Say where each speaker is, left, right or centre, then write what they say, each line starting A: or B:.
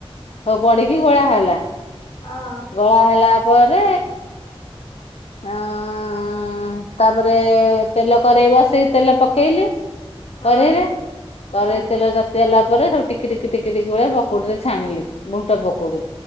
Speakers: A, on the left; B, on the left.
A: ପ-ପଡିକି ଗୋଳା ହେଲା।
B: ହଁ।
A: ଗୋଳା ହେଲା ପରେ ଅଁ। ତାପରେ ତେଲ କରେଇ ବସେଇ ତେଲ ପକେଇଲି।
B: ହଁ
A: କରେଇରେ କରେଇ
B: ହଁ
A: ତେଲ ତା ତିଗଲା ପରେ ସବୁ ଟିକି ଟିକି ଟିକି ଟିକି <unintelligible> ପକୁଡି ରେ ଛାଣିଲି ବୁଣ୍ଟ ପକୁଡି।